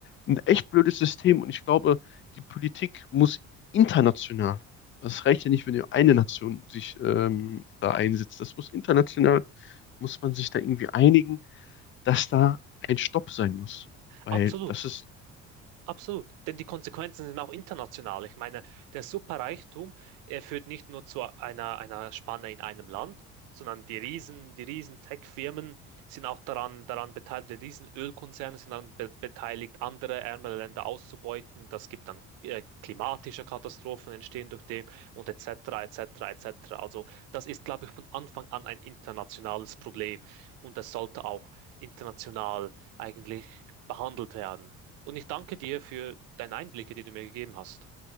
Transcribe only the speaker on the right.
absolut.
Absolut, denn die Konsequenzen sind auch international. Ich meine, der Superreichtum, er führt nicht nur zu einer, einer Spanne in einem Land, sondern die Riesen, die riesen Tech-Firmen sind auch daran, daran beteiligt, die riesen Ölkonzerne sind daran be beteiligt, andere ärmere Länder auszubeuten. Das gibt dann äh, klimatische Katastrophen entstehen durch dem und et et cetera, et cetera, et cetera. Also das ist, glaube ich, von Anfang an ein internationales Problem und das sollte auch international eigentlich behandelt werden. Und ich danke dir für deine Einblicke, die du mir gegeben hast.